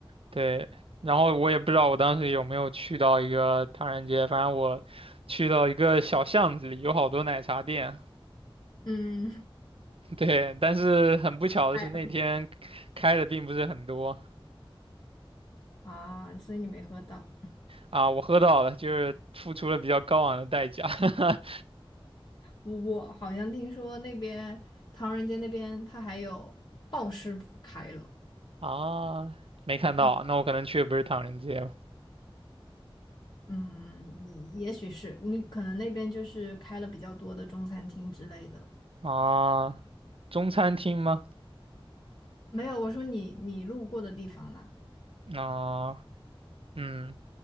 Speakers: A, on the right; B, on the left.
A: 对。然后我也不知道我当时有没有去到一个唐人街，反正我去到一个小巷子里，有好多奶茶店。
B: 嗯，
A: <laughs> 对，但是很不巧的是那天开的并不是很多。
B: <laughs> 哎啊，所以你没喝到。
A: 啊，我喝到了，就是付出了比较高昂的代价。<laughs>
B: 我我好像听说那边唐人街那边他还有鲍师傅开了，
A: 啊，没看到，
B: 嗯，
A: 那我可能去的不是唐人街了。
B: 嗯，也许是你可能那边就是开了比较多的中餐厅之类的。
A: 啊，中餐厅吗？
B: 没有，我说你你路过的地方啦，
A: 啊，嗯，